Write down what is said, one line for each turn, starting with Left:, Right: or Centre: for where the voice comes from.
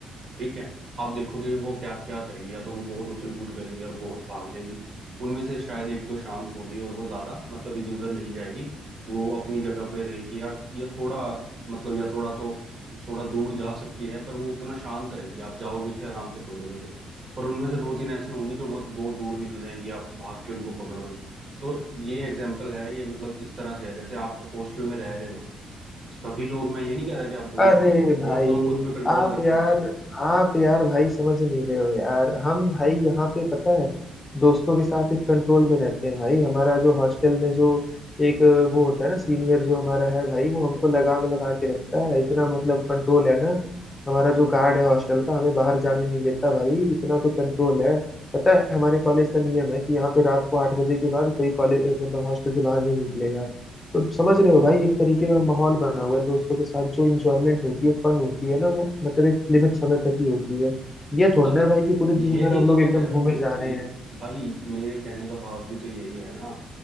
Right: ठीक है आप देखोगे कि वो क्या क्या करेंगी या तो वो बहुत उछल कूद करेंगी और बहुत भाग जाएंगी उनमें से शायद एक दो शांत होगी और वो ज्यादा मतलब इधर उधर नहीं जाएगी वो अपनी जगह पे रहेगी यार या थोड़ा मतलब या थोड़ा तो थोड़ा दूर जा सकती है पर वो उतना शांत रहेगी आप जाओगे उसे आराम से पकड़ लोगे पर उनमें से दो तीन ऐसी होंगी जो बहुत बहुत दूर निकल जाएंगी आप भाग के उनको पकड़ोगे तो ये एग्जाम्पल है ये मतलब इस तरह से है जैसे आप हॉस्टल में रह रहे हो सभी लोग मैं ये नहीं कह रहा कि आप बुरे
Left: अरे
Right: हो जाएंगे बहुत
Left: भाई
Right: लोग खुद पे कंट्रोल
Left: आप
Right: रखेंगे
Left: यार आप यार भाई समझ नहीं रहे हो यार हम भाई यहाँ पे पता है दोस्तों के साथ एक कंट्रोल में रहते हैं भाई हमारा जो हॉस्टल में जो एक वो होता है ना सीनियर जो हमारा है भाई वो हमको लगाम लगा के रखता है इतना मतलब कंट्रोल है ना हमारा जो गार्ड है हॉस्टल का हमें बाहर जाने नहीं देता भाई इतना तो कंट्रोल है पता है हमारे कॉलेज का नियम है कि यहाँ पे रात को आठ बजे के बाद कोई कॉलेज मतलब हॉस्टल से बाहर नहीं निकलेगा तो समझ रहे हो भाई एक तरीके का माहौल बना हुआ है दोस्तों के साथ जो इंजॉयमेंट होती है फन होती है ना वो मतलब एक लिमिट समय तक ही होती है ये थोड़ी
Right: तभी
Left: ना है भाई कि पूरे दिन
Right: यही
Left: भर हम
Right: तो
Left: लोग
Right: मैं
Left: एकदम
Right: कह रहा
Left: घूमे
Right: हूँ
Left: जा रहे
Right: ये
Left: हैं
Right: भाई मेरे कहने का भाव भी तो यही है ना